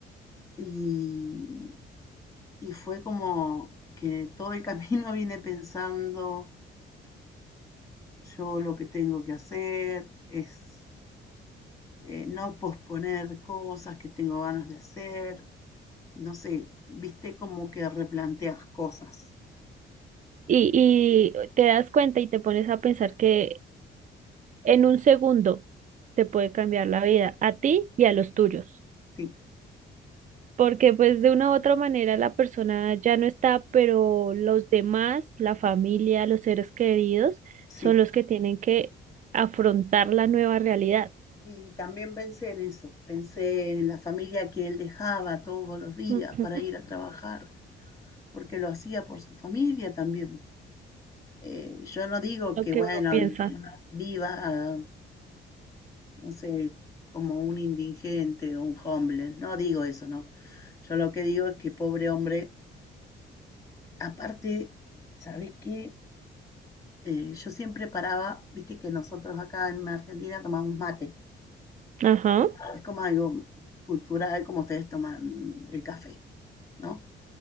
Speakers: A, on the left (about 15°); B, on the right (about 40°).
A: Y, y fue como que todo el camino <laughs> vine pensando, yo lo que tengo que hacer es eh, no posponer cosas que tengo ganas de hacer. No sé, viste como que replanteas cosas.
B: y te das cuenta y te pones a pensar que en un segundo te puede cambiar la vida a ti y a los tuyos.
A: Sí,
B: Porque pues de una u otra manera la persona ya no está, pero los demás, la familia, los seres queridos,
A: sí.
B: son los que tienen que afrontar la nueva realidad.
A: Y también pensé en eso, pensé en la familia que él dejaba todos los días
B: Ujú,
A: para ir a trabajar, porque lo hacía por su familia también. Eh, yo no digo
B: Lo
A: que,
B: que
A: bueno,
B: uno piensa.
A: viva, no sé, como un indigente o un homeless, no digo eso, no. Yo lo que digo es que pobre hombre, aparte, ¿sabes qué? Eh, yo siempre paraba, viste que nosotros acá en Argentina tomamos mate,
B: Ajá.
A: es como algo cultural como ustedes toman el café, ¿no?